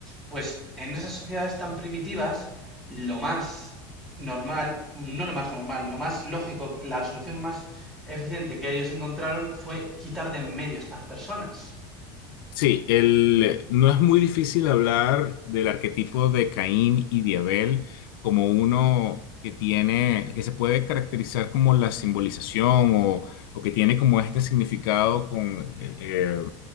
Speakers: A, in the centre; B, on the left.
A: pues en esas sociedades tan primitivas, lo más normal, no lo más normal, lo más lógico, la solución más eficiente que ellos encontraron fue quitar de en medio a estas personas.
B: Sí, el, no es muy difícil hablar del arquetipo de Caín y de Abel como uno que tiene, que se puede caracterizar como la simbolización o, o que tiene como este significado con eh, eh,